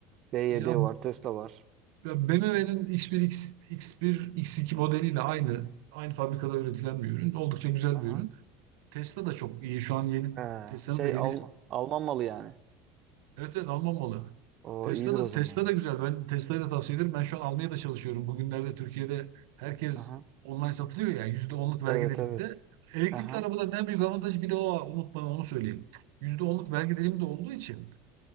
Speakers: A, on the right (about 45°); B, on the right (about 80°).
A: B Y
B: Ya,
A: D var, Tesla var.
B: ya BMW'nin X1, X, bir, X, X1, X2 modeliyle aynı aynı fabrikada üretilen bir ürün. Oldukça güzel
A: Aha.
B: bir ürün. Tesla da çok iyi. Şu an yeni
A: Ee,
B: Tesla'nın
A: şey
B: da yeni
A: Alman, Alman malı yani.
B: Evet evet Alman malı.
A: O
B: Tesla
A: iyidir
B: da,
A: o
B: Tesla
A: zaman.
B: da güzel. Ben Tesla'yı da tavsiye ederim. Ben şu an almaya da çalışıyorum. Bugünlerde Türkiye'de herkes
A: Aha.
B: online satılıyor ya. Yüzde onluk vergi
A: Evet
B: diliminde.
A: evet.
B: Elektrikli
A: Aha.
B: arabaların en büyük avantajı bir de o. Unutma onu söyleyeyim. yüzde onluk vergi dilimi de olduğu için